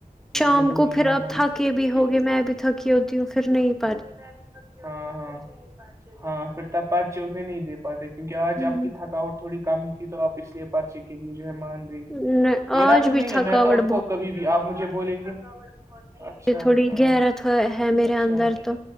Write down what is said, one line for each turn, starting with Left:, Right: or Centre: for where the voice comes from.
Centre: شام
Right: ضروری
Centre: کو پھر
Right: ہے ہماری
Centre: اب تھکے
Right: زندگی
Centre: بھی ہو
Right: کے
Centre: گے میں بھی تھکی ہوتی ہوں پھر نہیں پاری
Right: ہاں ہاں ہاں پھر ت پرچے اتنے نہیں دے پاتے کیونکہ آج
Centre: ہوں
Right: آپ کی تھکاوٹ تھوڑی کم ہی تھی تو آپ اس لیے پرچے کے لیے جو ہے مان
Centre: آج
Right: میرا تو
Centre: بھی
Right: نہیں
Centre: تھکاوٹ
Right: ہے میں تو اب کو کبھی بھی آپ مجھے بولیں گے اچھا
Centre: یہ تھوڑی
Right: ہاں
Centre: گیرت ہے میرے
Right: اچھا
Centre: اندر تو